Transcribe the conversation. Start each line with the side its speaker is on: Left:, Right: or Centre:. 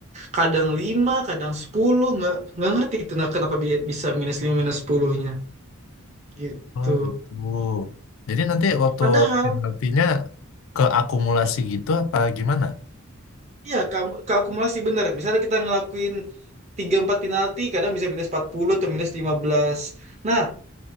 Right: Kadang 5, kadang 10. Nggak, nggak ngerti itu nah, kenapa bi- bisa minus 5 minus 10-nya. Gitu.
Left: Oh gitu. Jadi nanti waktu
Right: Padahal,
Left: penaltinya keakumulasi gitu apa gimana?
Right: iya kamu keakumulasi bener. Misalnya kita ngelakuin tiga empat penalti, kadang bisa minus 40 atau minus 15. Nah,